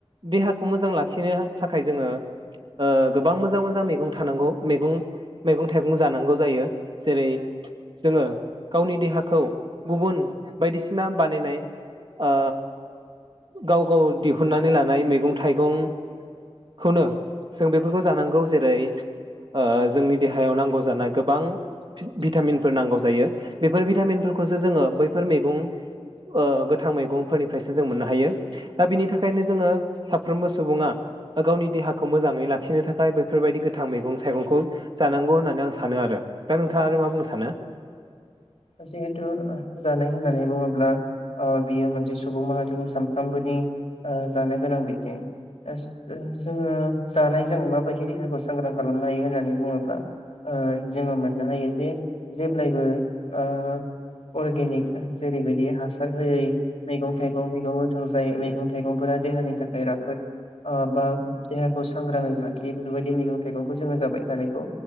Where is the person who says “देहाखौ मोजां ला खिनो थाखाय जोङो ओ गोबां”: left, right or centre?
Right